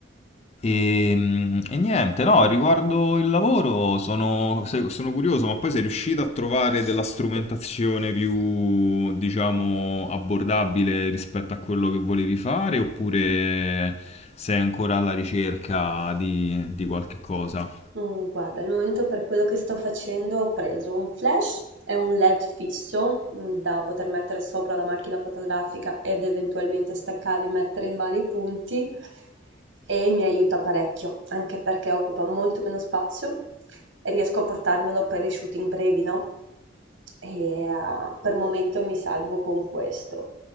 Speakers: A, on the left; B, on the right.
A: E, mm, e niente, no, riguardo il lavoro sono, se- sono curioso, ma poi sei riuscito a trovare della strumentazione più, diciamo, abbordabile rispetto a quello che volevi fare, oppure sei ancora alla ricerca di, di qualche cosa?
B: mm, guarda, al momento per quello che sto facendo ho preso un flash e un LED fisso mm, da poter mettere sopra la macchina fotografica ed eventualmente staccare e mettere in vari punti e mi aiuta parecchio, anche perché occupa molto meno spazio e riesco a portarmelo per i shooting brevi, no? E eh, per momento mi salvo con questo.